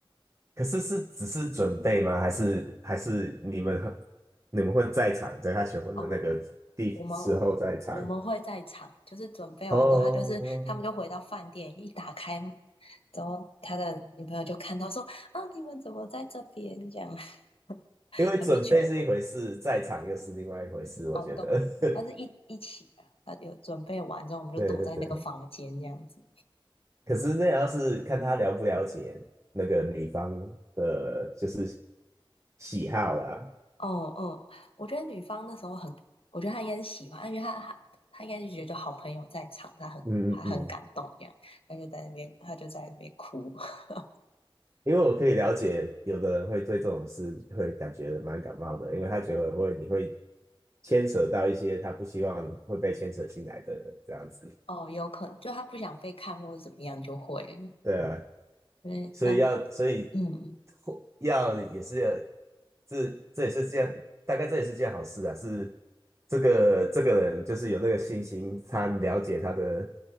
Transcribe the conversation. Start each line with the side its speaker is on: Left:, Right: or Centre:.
Right: 可是是只是准备吗？还是还是你们你们会在场，在他求婚的那个地时候在场？
Left: 哦，我们我们会在场，就是准备完之后，
Right: 哦，
Left: 他就是他们就回到饭店，一打开门，然后他的女朋友就看到说：“啊，你们怎么在这边？”这样，<laughs>
Right: 因为准备是一回事，
Left: 他就求婚。
Right: 在场又是另外一回事，我觉得。
Left: 哦，都，
Right: <laughs>
Left: 他是一一起的，他就准备完之后，我们就躲在那个房间这样子。
Right: 对对对，可是那也要是看他了不了解那个女方的，就是喜好啊。
Left: 哦，哦，我觉得女方那时候很，我觉得她应该是喜欢，因为她她她应该是觉得好朋友在场，她很她很感动这样，
Right: 嗯嗯嗯。
Left: 她就在那边她就在那边哭。<laughs>
Right: 因为我可以了解，有的人会对这种事会感觉蛮感冒的，因为他觉得会你会牵扯到一些他不希望会被牵扯进来的人这样子。
Left: 哦，有可能就他不想被看或者怎么样就会了，
Right: 对啊，
Left: 对，
Right: 所以要所以
Left: 但嗯，
Right: 或要也是要这这也是件大概这也是件好事啊。是这个这个人就是有那个信心，他了解他的